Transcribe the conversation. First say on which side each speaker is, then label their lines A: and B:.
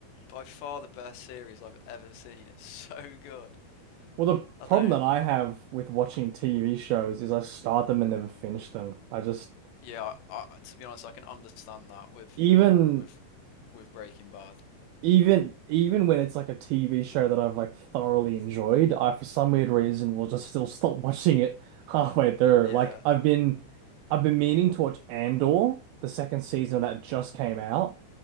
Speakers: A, on the left; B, on the right.
A: by far the best series I've ever seen. It's <laughs> so good.
B: Well, the
A: I
B: problem
A: don't,
B: that I have with watching TV shows is I start them and never finish them. I just
A: yeah, I, I, to be honest, I can understand that with
B: even
A: with with Breaking Bad.
B: Even even when it's like a TV show that I've like thoroughly enjoyed, I for some weird reason will just still stop <laughs> watching it halfway through.
A: Yeah.
B: Like I've been I've been meaning to watch Andor, the second season that just came out.